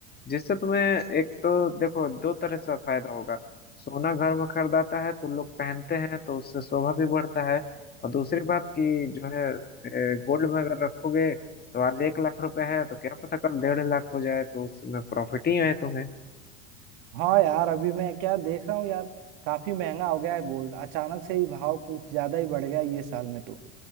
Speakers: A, on the left; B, on the right.
A: जिससे तुम्हें एक तो देखो दो तरह से फायदा होगा सोना घर में खरीदाता है तो लोग पहनते हैं तो उससे शोभा भी बढ़ता है और दूसरी बात कि जो है गोल्ड में अगर रखोगे तो आज एक लाख रुपए है तो क्या पता कल डेढ़ लाख हो जाए तो उसमें प्रॉफिट ही है तुम्हें
B: हाँ यार अभी मैं क्या देख रहा हूँ यार काफी महंगा हो गया है गोल्ड अचानक से ही भाव कुछ ज्यादा ही बढ़ गया है ये साल में तो